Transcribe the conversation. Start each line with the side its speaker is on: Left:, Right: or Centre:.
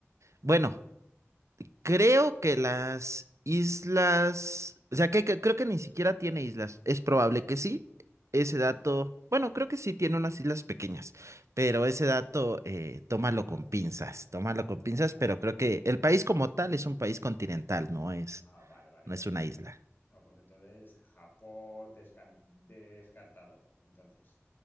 Right: bueno, Creo que las islas, o sea, que, que creo que ni siquiera tiene islas. Es probable que sí. Ese dato, bueno, creo que sí tiene unas islas pequeñas, pero ese dato, eh, tómalo
Left: Vale,
Right: con pinzas, tómalo
Left: vale,
Right: con pinzas,
Left: vale, vale.
Right: pero creo que el país como tal es un país continental, no es,
Left: Ah, vale, vale,
Right: no
Left: perfecto.
Right: es una isla.
Left: No, pues entonces Japón descan- descartado. Entonces.